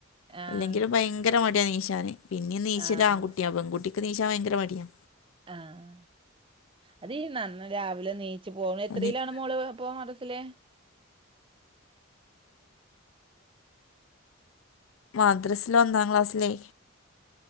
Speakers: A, on the right; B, on the left.
A: ആഹ്
B: അല്ലെങ്കിലും ഭയങ്കര മടിയാ നി ച്ചാന് പിന്നെ നീചലൂ
A: ആഹ്
B: ആൺകുട്ടിയാ
A: ആഹ്
B: പെൺകുട്ടിക്ക് നീചാൻ ഭയങ്കര മടിയാ
A: ആഹ് അത് നന്ന രാവിലെ നീ ച്ചി പോണ എത്രയിലാണ്
B: നി-
A: മോള് അപ്പൊ മദ്രസ്സില്?
B: മദ്രസില് ഒന്നാം ക്ലാസ്സില്.